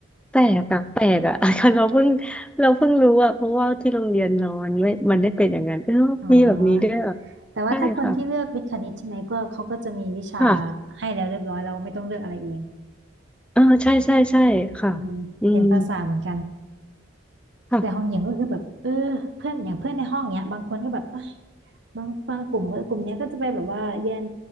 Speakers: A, in the centre; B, on the right.
A: แปลกอะแปลกอะ <laughs> เราเพิ่งเราเพิ่งรู้อะเพราะว่าที่โรงเรียนนอนไม่มันได้เป็นอย่างนั้นเออมีแบบนี้ด้วยเหรอ
B: อ๋อแต่ว่าถ้าคนที่เลือกวิทย์คณิตใช่ไหมก็เขาก็จะมีวิชา
A: ใช่ค่ะค่ะ
B: ให้แล้วเรียบร้อยเราไม่ต้องเลือกอะไรเอง
A: เออใช่ใช่ใช่ค่ะ
B: อืมเรียนภาษาเหมือนกัน
A: อืมค่ะ
B: แต่ของหญิงก็คือแบบเออเพื่อนอย่างเพื่อนในห้องเนี้ยบางคนก็แบบเอ้ยบางบางกลุ่มก็กลุ่มเนี้ยก็จะไปแบบว่าเรียน